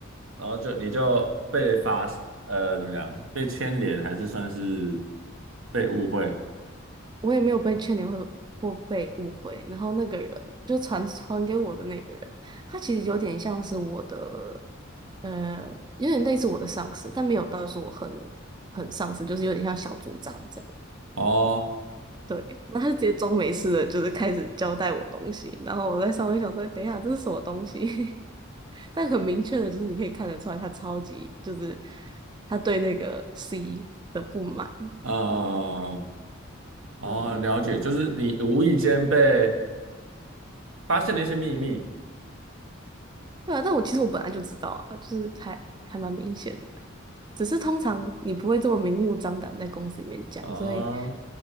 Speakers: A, on the right (about 80°); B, on the right (about 20°).
A: 然后就你就被发，呃，怎么讲？被牵连还是算是被误会？
B: 我也没有被劝勉会或被误会。然后那个人就传传给我的那个人，他其实有点像是我的，呃，有点类似我的上司，但没有到说我很很上司，就是有点像小组长这样。
A: 哦，
B: 对，那他就直接装没事的，就是开始交代我东西。然后我在上面想说，等一下这是什么东西？<laughs> 但很明确的就是，你可以看得出来，他超级就是他对那个 C 的不满。
A: 嗯，哦，
B: 对，
A: 了解，就是你无意间被发现了一些秘密
B: 对啊，但我其实我本来就知道啊，就是还还蛮明显的，只是通常你不会这么明目张胆在公司里面讲，
A: 啊，
B: 所以